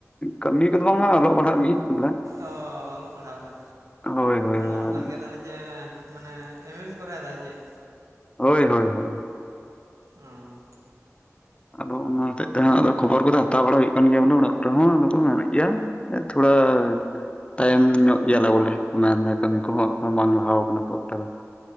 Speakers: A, on the left (about 20°); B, on the right (about 85°).
A: ᱠᱟᱹᱢᱤ ᱠᱚᱫᱚ ᱵᱟᱝ ᱦᱟᱸᱜ ᱚᱞᱚᱜ ᱯᱟᱲᱦᱟᱜ ᱜᱤ ᱵᱚᱞᱮ
B: ᱚ ᱚᱞᱚᱜ ᱯᱟᱲᱦᱟᱣ ᱫᱟ
A: ᱦᱳᱭ ᱦᱳᱭ ᱦᱳᱭ
B: ᱚᱞᱚᱜ
A: ᱾
B: ᱠᱟᱱ ᱜᱮᱭᱟ ᱛᱟᱞᱮ ᱪᱮ ᱢᱟᱱᱮ ᱮᱢ ᱮ ᱵᱮᱱ ᱠᱚᱨᱟᱣᱮᱫᱟ ᱪᱮᱜ?
A: ᱦᱳᱭ ᱦᱳᱭ ᱦᱳᱭ ᱾
B: ᱟᱸᱻ
A: ᱟᱫᱚ ᱚᱱᱟ ᱦᱚᱛᱮᱡ ᱛᱮᱦᱟᱸᱜ ᱟᱫᱚ ᱠᱷᱚᱵᱚᱨ ᱠᱚᱫᱚ ᱦᱟᱛᱟᱣ ᱵᱟᱲᱟ ᱦᱩᱭᱩᱜ ᱠᱟᱱ ᱜᱮᱭᱟ ᱵᱚᱞᱮ ᱚᱲᱟᱜ ᱠᱚᱨᱮ ᱦᱚᱸ ᱟᱫᱚ ᱠᱚ ᱢᱮᱱᱮᱫ ᱜᱮᱭᱟ ᱼᱼ ᱮ ᱛᱷᱚᱲᱟᱠ ᱛᱟᱭᱚᱢ ᱧᱚᱜ ᱜᱮᱭᱟᱞᱮ ᱵᱚᱞᱮ ᱢᱮᱱᱫᱟ ᱠᱟᱹᱢᱤ ᱠᱚᱦᱚᱸ ᱵᱟᱝ ᱞᱟᱦᱟᱣ ᱠᱟᱱᱟ ᱠᱷᱚᱠᱴᱟ ᱫᱚ᱾